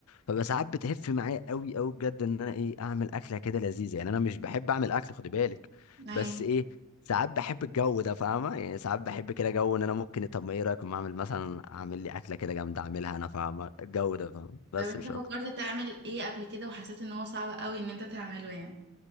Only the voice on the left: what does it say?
فبقى ساعات بتهف معايا قوي قوي بجد ان انا ايه اعمل اكله كده لذيذه يعني انا مش بحب اعمل اكل خد بالك
بس ايه ساعات بحب الجو ده فاهمه يعني ساعات بحب كده جو ان انا ممكن طب ما ايه رايك ما اعمل مثلا اعمل لي اكله كده جامده اعملها انا فاهمه الجو ده فاهمه بس
مش
اكتر